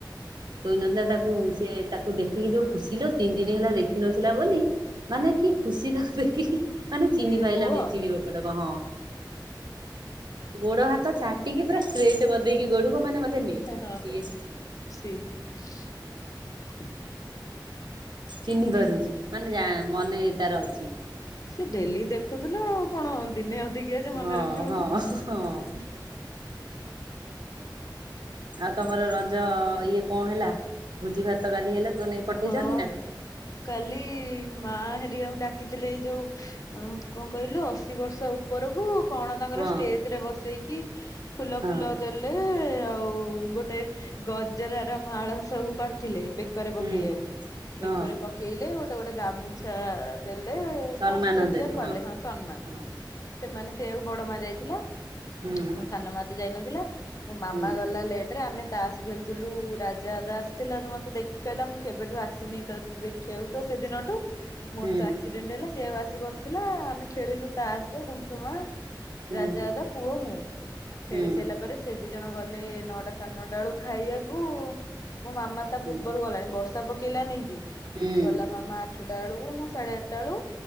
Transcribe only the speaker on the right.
ଶୋଇନଥିଲା ତାକୁ
ସେ ତାକୁ ଦେଖ ସେ ଯୋଉ ଖୁସି ଲ ତିନି ଦିନ ହେଲା ଦେଖିନଥିଲା ବୋଲି ମାନେ କିଏ ଖୁସି କୁ ଦେଖି ମାନେ ଚିନି
ପାଇଲା
ମିଚିଡି ପକଟ କ ହଁ ଗୋଡ ହାତ ତ ଚାଟିକି ପୁରା ଷ୍ଟେଟ କରିଦେଇଛି ପୁରା ଗୋଡୋକୁ ମାନେ ମତେ
ନ କିଏ
ଚିହ୍ନି ପାରୁଛି ମାନେ ଯା ମନେ ତାର ଅଛି।
ହଁ
ହଁ ହଁ
ଆଉ ତମର ରଜ ଇଏ କଣ ହେଲା ଭୋଜି ଭାତ କାଲି ହେଲା। ତୋ ନେଇକି ପଠେଇଛନ୍ତି
ନା
ହଁ
ହଁ
ହୁଁ ହଁ।
ସମ୍ମାନ
ଦେଲେ
ହଁ
ହୁଁ
ହୁଁ
ହୁଁ
ହୁଁ।
ହୁଁ
ହୁଁ
ହୁଁ